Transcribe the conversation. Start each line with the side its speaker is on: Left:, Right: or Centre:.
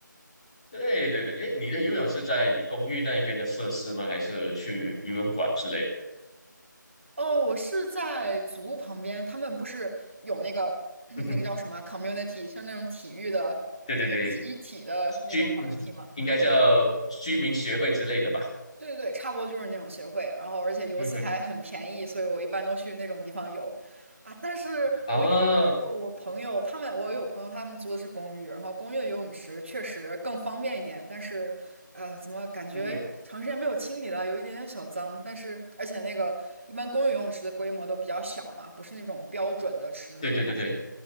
Left: 对对对，哎，你的游泳是在你公寓那边的设施吗？还是去游泳馆之类的？
Right: 哦，我是在足旁边，他们不是有那个 <clears throat>
Left: <laughs> 嗯哼，
Right: 那个叫什么啊 community，像那种体育的。
Left: 对对对。
Right: 一体的那种
Left: 居嗯应该叫居民协会之类的吧？
Right: community 吗？对对对，差不多就是那种协会。然后而且游资还很便宜，
Left: 嗯哼，
Right: 所以我一般都去那种地方游啊。但是我也我我朋友他们，
Left: 啊，
Right: 我有朋友他们租的是公寓，然后公寓的游泳池确实更方便一点，但是呃，怎么感觉长时间没有清理了，
Left: 嗯哼，
Right: 有一点点小脏。但是而且那个一般公寓游泳池的规模都比较小嘛，不是那种标准的池子的大。
Left: 对对对对，